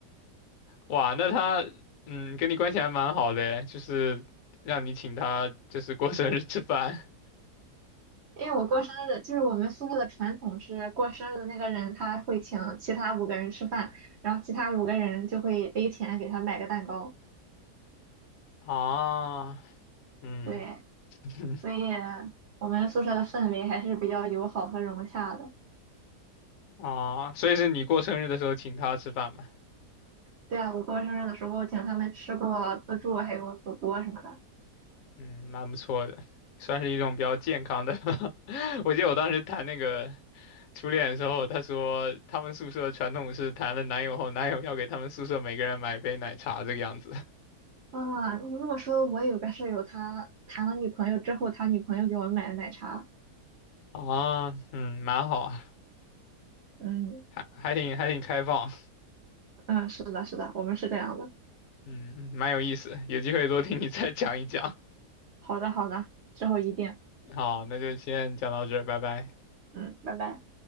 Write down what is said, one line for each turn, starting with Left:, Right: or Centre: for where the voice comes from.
Left: 哇，那他嗯跟你关系还蛮好的诶，就是让你请他就是过生日吃饭
Right: 因为我过生日就是我们宿舍的传统是过生日的那个人他会请其他五个人吃饭，然后其他五个人就会 A 钱给他买个蛋糕。
Left: <laughs> 啊，嗯
Right: 对，
Left: <laughs>
Right: 所以我们宿舍的氛围还是比较友好和融洽的。
Left: 啊，所以是你过生日的时候请他吃饭嘛？
Right: 对啊，我过生日的时候请他们吃过自助，还有火锅什么的。
Left: 嗯，蛮不错的，算是一种比较健康的。<laughs> 我记得我当时谈那个初恋的时候，他说他们宿舍传统是谈了男友后，男友要给他们宿舍每个人买一杯奶茶这个样子。<laughs>
Right: 啊，你这么说，我有个舍友，他谈了女朋友之后，他女朋友给我们买的奶茶。
Left: 啊，嗯，蛮好啊，
Right: 嗯
Left: 还还挺还挺开放，
Right: 嗯，是的，是的，我们是这样的。
Left: 嗯，蛮有意思，有机会多听你再讲一讲。
Right: 好的，好的，之后一定。
Left: <laughs> 好，那就先讲到这儿，拜拜。
Right: 嗯，拜拜。